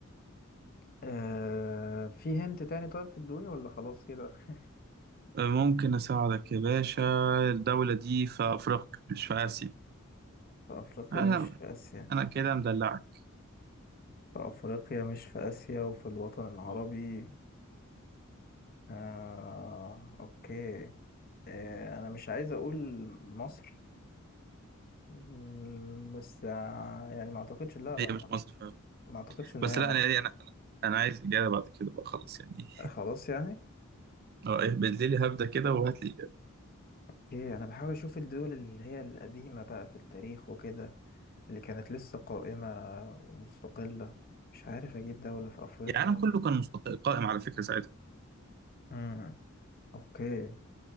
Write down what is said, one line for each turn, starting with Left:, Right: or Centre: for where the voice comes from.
Left: آه في هنت تاني طيب تدوني ولا خلاص كده <laughs>
Right: آه، ممكن أساعدك يا باشا الدولة دي في أفريقيا مش في آسيا
Left: في أفريقيا
Right: أنا
Left: مش في آسيا
Right: أنا كده مدلعك
Left: في أفريقيا مش في آسيا وفي الوطن العربي
Right: آه،
Left: آه، أوكي آه، أنا مش عايز أقول مصر مم، بس آه، يعني ما أعتقدش لا لا
Right: هي
Left: ما
Right: مش مصر
Left: ما أعتقدش إن
Right: بس
Left: هي
Right: لا
Left: مصر
Right: انا انا انا أنا عايز اجابه بعد كده بقى خلاص يعني
Left: آه، خلاص يعني
Right: <laughs> اه إيه، بالليل هبدا كده وهات لي اجابه
Left: أوكي أنا بحاول أشوف الدول اللي هي القديمة بقى في التاريخ وكده اللي كانت لسه قائمة ومستقلة مش عارف أجيب دولة في أفريقيا
Right: يعني العالم كله كان مستق- قائم على فكره ساعتها
Left: مم. أوكي